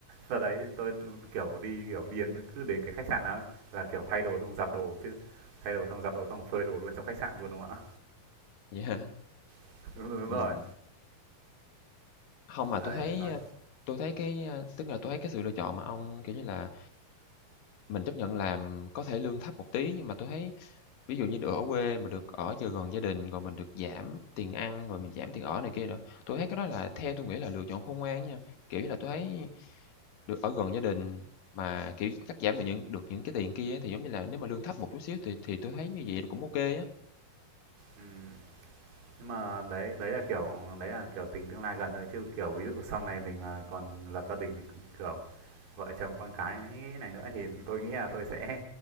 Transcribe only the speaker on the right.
giờ đấy tôi, kiểu, đi, kiểu, đi đến cứ đến cái khách sạn nào ấy, là, kiểu, thay đồ xong giặt đồ chứ, thay đồ xong giặt đồ xong phơi đồ luôn trong khách sạn luôn, đúng không ạ?
<laughs> Đúng rồi, đúng
rồi.
Đấy,
nói
ừm, nhưng mà đấy đấy là, kiểu đấy là, kiểu, tính tương lai gần thôi, chứ, kiểu, ví dụ sau này mình mà còn lập gia đình, kiểu vợ chồng con cái này nữa thì tôi nghĩ là tôi sẽ